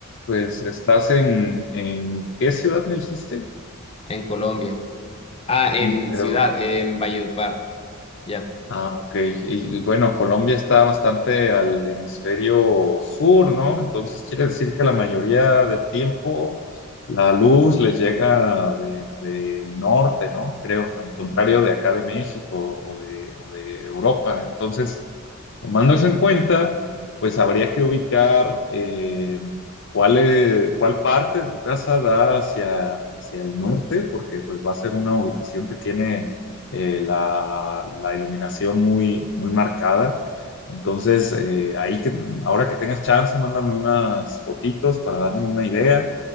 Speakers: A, on the left (about 55°); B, on the left (about 25°).
A: pues, estás en, ¿en qué ciudad me dijiste?
B: en Colombia? Ah, en
A: En, Perú.
B: ciudad, en Valledupar, ya.
A: Ah, ok. Y, y bueno, Colombia está bastante al hemisferio sur, ¿no? Entonces quiere decir que la mayoría del tiempo la luz les llega desde el norte, ¿no? Creo, al contrario de acá de México o de, o de Europa. Entonces, tomando eso en cuenta, pues habría que ubicar eh, cuál, es- cuál parte de tu casa da hacia, hacia el norte, porque pues va a ser una ubicación que tiene eh, la, la iluminación muy, muy marcada. Entonces, eh, ahí que, ahora que tengas chance, mándame unas fotitos para darme una idea.